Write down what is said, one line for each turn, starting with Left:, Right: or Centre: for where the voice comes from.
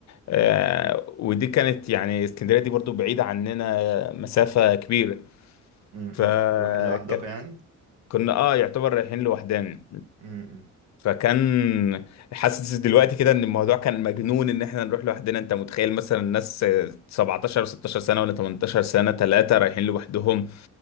Left: آه، ودي كانت يعني اسكندريه دي برضو بعيده عننا مسافه كبيره
Right: امم
Left: فكنا
Right: اقتراح حلو احداقي يعني
Left: اه يعتبر رايحين لوحدنا
Right: امم
Left: فكان حاسس دلوقتي كده ان الموضوع كان مجنون ان احنا نروح لوحدنا انت متخيل مثلا ناس 17 16 سنه ولا 18 سنه ثلاثه رايحين لوحدهم